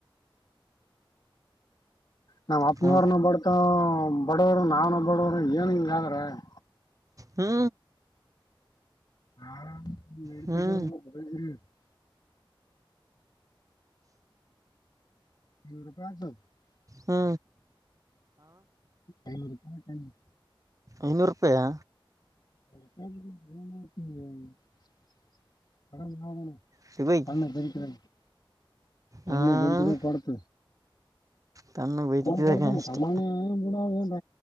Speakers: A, on the left; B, on the right.
A: ನಮ್ಮ್ ಅಪ್ಪನವ್ರನ
B: ಹ್ಞೂ
A: ಬಡ್ತ ಬಡವರು ನಾನು ಬಡವರು ಏನ್ ಹಿಂಗಾದ್ರೆ <inaudible>
B: ಹಾ
A: ಹಾ. <unintelligible>
B: ಹ್ಞೂ
A: <unintelligible>
B: ಹಾ
A: ಐನೂರುಪಾಯ. <inaudible>
B: ಇನ್ನೂರುಪಾಯ.
A: ಕ. <unintelligible>
B: ಸಿಗೋಯ್
A: ಸಣ್ಣ ಬಕ. <unintelligible> ತಣ್ಣೆ
B: ಹಾಂ
A: ಬೆಳಿಕದ ಕೊಡತ.
B: ತಣ್ಣಗೆ ಬೈದಿಕ್ಕಿದಾಗ
A: ನ ಕೊಡ್ತೇ
B: ಅಷ್ಟೇ
A: ಸಾಮಾಡ ಏನ.